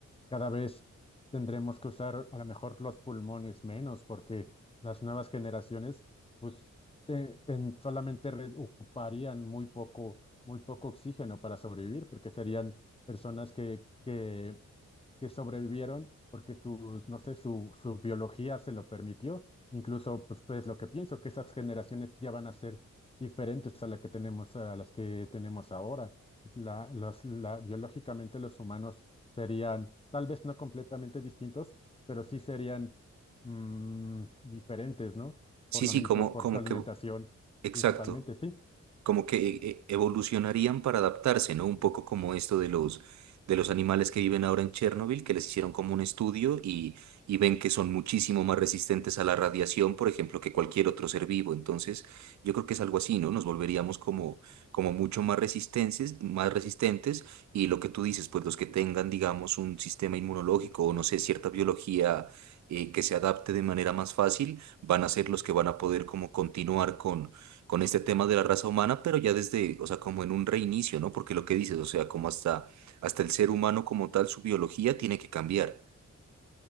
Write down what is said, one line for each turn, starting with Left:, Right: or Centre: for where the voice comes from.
Left: Cada vez tendremos que usar a lo mejor los pulmones menos porque las nuevas generaciones pues eh, en- solamente re- ocuparían muy poco, muy poco oxígeno para sobrevivir porque serían personas que, que que sobrevivieron porque sus, no sé, su, su biología se lo permitió. Incluso, pues, pues lo que pienso, que esas generaciones ya van a ser diferentes a la que tenemos, a las que tenemos ahora. La, los, la, biológicamente los humanos serían tal vez no completamente distintos, pero sí serían mm, diferentes, ¿no?
Right: Sí,
Left: Por lo
Right: sí,
Left: mismo,
Right: como,
Left: por
Right: como
Left: su alimentación
Right: que, exacto.
Left: principalmente, sí.
Right: como que eh, evolucionarían para adaptarse, ¿no? Un poco como esto de los, de los animales que viven ahora en Chernóbil, que les hicieron como un estudio y, y ven que son muchísimo más resistentes a la radiación, por ejemplo, que cualquier otro ser vivo. Entonces, yo creo que es algo así, ¿no? Nos volveríamos como, como mucho más resistentes, más resistentes y lo que tú dices, pues los que tengan, digamos, un sistema inmunológico o no sé, cierta biología. eh, que se adapte de manera más fácil, van a ser los que van a poder como continuar con, con este tema de la raza humana, pero ya desde, o sea, como en un reinicio, ¿no? Porque lo que dices, o sea, como hasta, hasta el ser humano como tal, su biología tiene que cambiar.